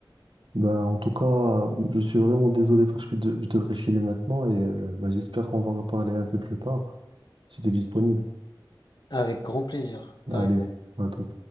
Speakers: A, on the right; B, on the left.
A: Ben, en tout cas, je suis vraiment désolé parce que de- je devrais filer maintenant et euh, ben, j'espère qu'on va reparler un peu plus tard, si t'es disponible.
B: Avec grand plaisir, carrément.
A: Allez, à tout.